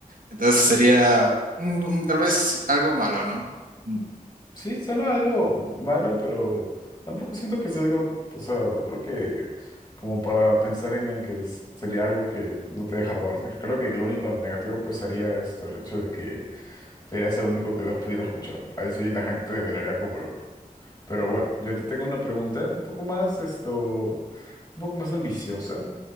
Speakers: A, on the right; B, on the left.
A: Entonces sería mm, mm, tal vez algo malo, ¿no? Mm,
B: Sí, suena algo malo, pero tampoco siento que sea algo, o sea, creo que como para pensar en, en que es- sería algo que no te dejara dormir. Creo que lo único negativo pues sería esto, el hecho de que serías el único que las pudiera escuchar. Ahí sí la gente te miraría como loco. Pero bueno, yo te tengo una pregunta un poco más, esto, un poco más ambiciosa.